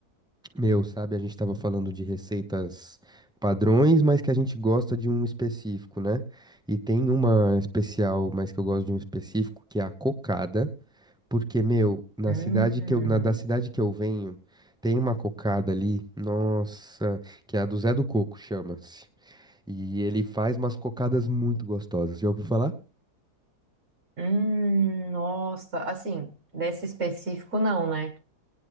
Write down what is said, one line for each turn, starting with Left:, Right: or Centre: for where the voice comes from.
Centre: Meu, sabe, a gente tava falando de receitas padrões, mas que a gente gosta de um específico, né? E tem uma especial, mas que eu gosto de um específico, que é a cocada. Porque, meu, na
Right: Hum,
Centre: cidade que eu, na, da cidade que eu venho, tem uma cocada ali, nossa, que é a do Zé do Coco, chama-se. E ele faz umas cocadas muito gostosas. Já ouviu falar?
Right: hum, nossa, assim, desse específico não, né?